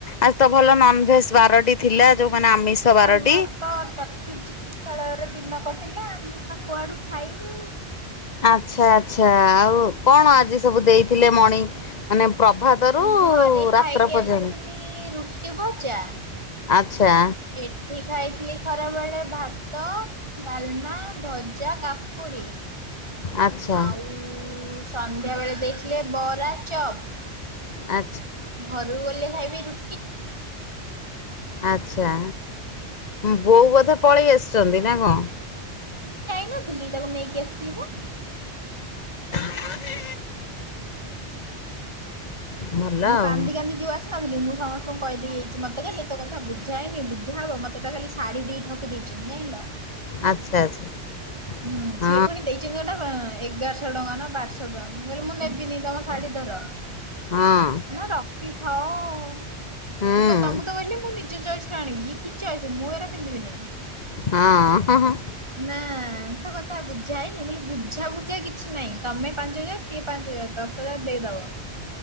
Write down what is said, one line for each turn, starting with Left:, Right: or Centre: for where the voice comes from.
Left: ଆଜି ତ ଭଲ ନନ ଭେଜ ବାରଟି ଥିଲା। ଯୋଉମାନେ ଆମିଷ ବାରଟି।
Right: ଆମର ତ ଚାକ୍ଷୁ ଚିକିତ୍ସାଳୟରେ ଦିନ କଟିଲା। ଶ କୁଆଡ଼ୁ ଖାଇଲୁ?
Left: ଆଚ୍ଛା ଆଚ୍ଛା ଆଉ କଣ ଆଜି ସବୁ ଦେଇଥିଲେ ମଣିଂ ମାନେ ପ୍ରଭାତରୁ
Right: ଘରେ ଖାଇକି
Left: ରାତ୍ର ପର୍ଯ୍ୟନ୍ତ।
Right: ଆସିଥିଲି ରୁଟି ଭଜା।
Left: ଆଚ୍ଛା।
Right: ଏଠି ଖାଇଥିଲି ଖରାବେଳେ ଭା ଭାତ, ଡାଲମା, ଭଜା, କାକୁଡ଼ି।
Left: ଆଚ୍ଛା
Right: ଆଉ ସନ୍ଧ୍ୟାବେଳେ ଦେଇଥିଲେ ବରା, ଚପ।
Left: ଆ
Right: ଘରକୁ ଗଲେ ଖାଇବି ରୁ
Left: ଆଚ୍ଛା। ବୋଉ ବୋଧେ ପଳେଇ ଆସିଛନ୍ତି ନା କଣ?
Right: ନଥିଲି ତାକୁ ନେଇକି ଆସିଲି ପା।
Left: <inaudible> ଭଲ
Right: ମୁଁ
Left: ଆଉ
Right: କାନ୍ଦି କାନ୍ଦି ଯୋଉ ଆସି ଥିଲି ମୁଁ ସମସ୍ତଙ୍କୁ କହିଦେଇଯାଇଛି ମତେ ଖାଲି ତୋ କଥା ବୁଝାନି ବୁଝା ହେବ ମତେ ତ ଖାଲି ଶାଢ଼ୀ ଦେଇ ଠକି ଦେଇ ଚନ୍ତି ଜାଣିଲ।
Left: ଆଚ୍ଛା ଆଚ୍ଛା।
Right: ହୁଁ
Left: ହଁ
Right: ସିଏ ପୁଣି ଦେଇଛନ୍ତିଟା ଏଗାରଶହ ଟଙ୍କା ନା ଆଠଶହ ଟଙ୍କା ମୁଁ କହିଲି ମୁଁ ନେବିନି ତମ ଶାଢୀ ଧର।
Left: ହଁ
Right: ନା ରଖିଥାଅ ମୁଁ
Left: ହୁଁ
Right: କହିଲି ତମକୁ ତ କହିଲି ମୁଁ ନିଜ ଚ ଆାଣିବି ଇଏ କି ଚଏସ ମୁଁ ଏରା ପିନ୍ଧିବି ନାହିଁ।
Left: ହଁ ହଁ ହଁ
Right: ନା ତ କଥା ବୁଝା ହେଇନି ବୋଲି ବୁଝା ବୁଝା କିଛି ନାହିଁ ତମେ ପାଞ୍ଚ ହଜାର ସିଏ ପାଞ୍ଚ ହଜାର ତ ଦଶ ହଜାର ଦେଇଦବ